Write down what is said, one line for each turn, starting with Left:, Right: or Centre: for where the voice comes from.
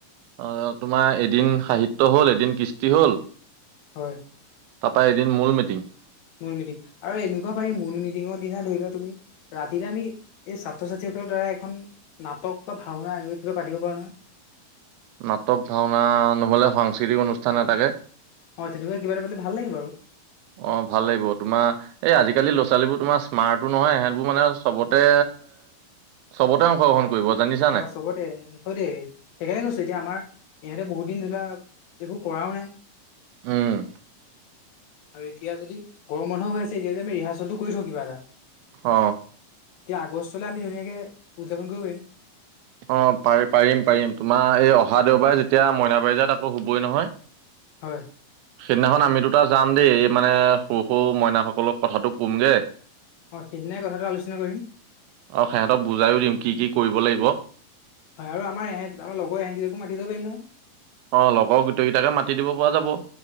Right: অ', তোমাৰ এদিন সাহিত্য হ'ল এদিন কৃষ্টি হ'ল।
Left: হয়।
Right: তাৰপৰা এদিন মূল মিটিং।
Left: মূল মিটিং, আৰু এনেকুৱা পাৰি মূল মিটিঙৰ দিনা ধৰি লোৱা তুমি ৰাতিলে আমি এই ছাত্ৰ-ছাত্ৰী সকলৰ দ্বাৰা এখন নাটক বা ভাওনা এনেকুৱা কিবা পাতিব পাৰো নহয়।
Right: নাটক, ভাওনা নহ'লে সাংস্কৃতিক অনুষ্ঠান এটাকে
Left: অ', তেনেকুৱা কিবা এটা পাটিলে ভাল লাগিব আৰু।
Right: অ' ভাল লাগিব, তোমাৰ এই আজিকালি লৰা-ছোৱালীবোৰ তোমাৰ স্মাৰ্টো নহয়, এহেতবোৰ মানে চবতে চ'বতে অংশ গ্ৰহণ কৰিব জানি চ
Left: অ, চবতে, কয় দে। সেইকাৰণে কৈছো এতিয়া আমাৰ, ইহঁতে বহুত দিন ধৰি লোৱা একো কৰাও নাই।
Right: উম,
Left: আৰু এতিয়া যদি গৰম বন্ধ হৈ আছে, এতিয়া যদি আমি ৰিহাৰ্চেলটো কৰি থওঁ কিবা এটা।
Right: অ,
Left: এতিয়া আগষ্টলৈ আমি ধুনীয়াকে, উদযাপন কৰিব পাৰিম।
Right: অ, পাৰিম, পাৰিম, পাৰিম তোমাৰ এই অহা দেওবাৰে, যেতিয়া মইনা পাৰি যাত আকৌ হ'বয়ে নহয়।
Left: হয়।
Right: সেইদিনাখন আমি দুটা যাম দেই, এই মানে সৰু, সৰু মইনাসকলক কথাটো ক'মগৈ।
Left: অ, সেইদিনাই কথাটো আলোচনা কৰিম।
Right: অ, সিহঁতক বুজাইও দিম, কি কি কৰিব লাগিব।
Left: হয়, আৰু আমাৰ, এহেত আমাৰ লগৰ ইহঁতকেইটাকো মাতি দিব পাৰিম নহয়।
Right: অ, লগৰ গোটেই কেইটাকে মাতি দিব পৰা যাব।